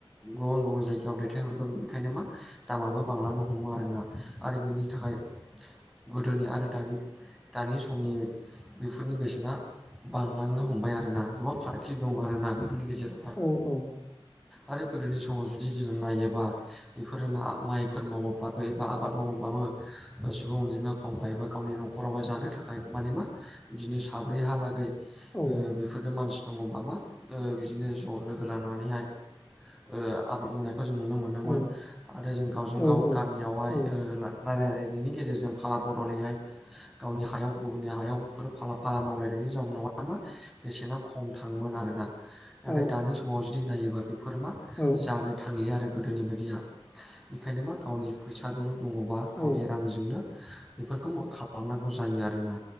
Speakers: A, in the centre; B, on the left (about 15°).
A: गुबुन गुबुन जायगायाव दैथायहरगोन ओंखायनो मा दामाबो बांलांनो हमो आरोना आरो बिनि थाखाय गोदोनि आरो दानि दानि समनि बेफोरनि बेसेना बांलांनो हमबाय आरोना गोबां फारागथि दं आरोना बेफोरनि गेजेराव।
B: औ औ
A: आरो गोदोनि समाव जुदि जोंङो नायोबा बेफोर मा माइफोर मावोबाबो एबा आबाद मावोब्ला सुबुं अनजिमा दंखायोबा गावनि न'खरावहाय जानो थाखाय माने मा बिदिनो साब्रै हालागै
B: औ
A: ओ बेफोरनो मानसि दंङ बा मा ओ बिदिनो ज' लोगो लानानैहाय ओ आबाद मावनाय खौ जों नुनो मोनोमोन
B: औ
A: आरो जों गावजों
B: औ
A: गाव गामियावहाय
B: औ
A: ओ रायलायलायनायनि गेजेरजों फाला बदलैहाय गावनि हायाव गुबुननि हायाव फोर फाला फाला मावलायनायनि जाउनावहाय मा बेसेना खम थांङोमोन आरोना। नाथाय
B: औ
A: दानि समाव जुदि नायोबा बेफोर मा
B: औ
A: जानो थांलिया आरो गोदोनि बादिया बेखायनो मा गावनि फैसाजों दङबा
B: औ
A: गावनि रांजोंनो बेफोरखौ खालामनांगौ जायो आरोना।